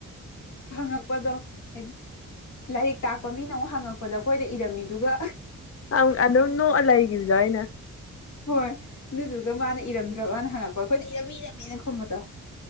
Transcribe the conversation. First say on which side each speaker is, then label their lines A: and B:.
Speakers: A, on the left (about 65°); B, on the left (about 45°).
A: ꯍꯪꯉꯛꯄꯗꯣ ꯍꯥꯏ ꯂꯥꯏꯔꯤꯛ ꯇꯥꯛꯄ ꯃꯤꯅ ꯑꯃꯨꯛ ꯍꯪꯉꯛꯄꯗ ꯑꯩꯈꯣꯏꯅ ꯏꯔꯝꯃꯤꯗꯨꯒ
B: ꯑꯥꯝ ꯑꯗꯨꯝ ꯅꯣꯛꯑ ꯂꯩꯒꯤꯕꯗꯣ ꯑꯩꯅ꯫
A: ꯍꯣꯏ ꯑꯗꯨꯗꯨꯒ ꯃꯥꯅ ꯏꯔꯝꯗ꯭ꯔꯕꯅ ꯍꯪꯉꯛꯄ ꯑꯩꯈꯣꯏꯅ ꯏꯔꯝꯃꯤ ꯏꯔꯝꯃꯦꯅ ꯈꯨꯝꯕꯗꯣ꯫